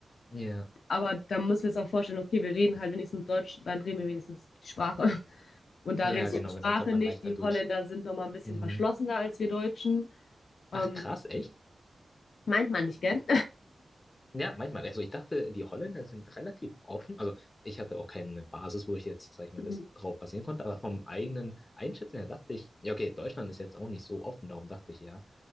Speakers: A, on the left; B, on the left.
A: Ja,
B: aber da müssen wir uns auch vorstellen, okay, wir reden halt wenigstens Deutsch, dann reden wir wenigstens die Sprache. <laughs> Und da
A: ja,
B: redest
A: genau,
B: du die Sprache
A: genau. Kommt man
B: nicht.
A: leichter
B: Die
A: durch.
B: Holländer sind nochmal ein bisschen
A: Mhm.
B: verschlossener als wir Deutschen.
A: Ach,
B: Ähm,
A: krass, echt?
B: meint man nicht, gell?
A: Ja, manchmal. Also ich dachte, die Holländer sind relativ offen. Also ich hatte auch keine Basis, wo ich jetzt, sag ich
B: <laughs>
A: mal, das drauf basieren konnte. Aber vom eigenen Einschätzen her dachte ich, ja, okay, Deutschland ist jetzt auch nicht so offen. Darum dachte ich, ja,